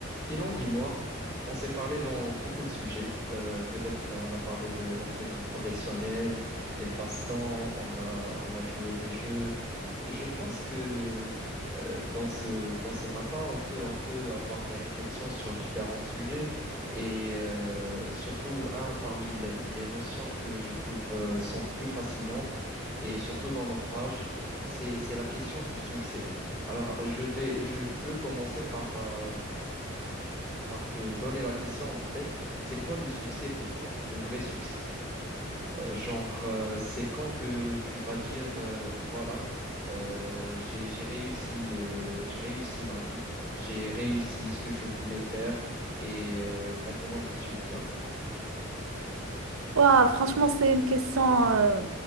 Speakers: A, on the left; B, on the right.
A: Sinon, dis-moi, on s'est parlé dans beaucoup de sujets. Euh, peut-être euh, on a parlé de notre vie professionnelle, des passe-temps, on a, on a joué des jeux. Je pense que euh, dans ce, dans ce matin, on peut, on peut avoir des réflexions sur différents sujets et euh, surtout un parmi le- les notions que je trouve euh, sont plus fascinantes et surtout dans notre âge, c'est, c'est la question du succès. Alors, je vais, je veux commencer par... euh, par te donner la question, en fait, c'est quoi le succès pour toi, le vrai succès? Euh, genre, euh, c'est quand que tu vas dire, euh, voilà, euh, j'ai, j'ai réussi, euh, j'ai réussi ma vie, j'ai réussi ce que je voulais faire et euh, maintenant je suis bien.
B: Ouah, franchement, c'est une question, euh,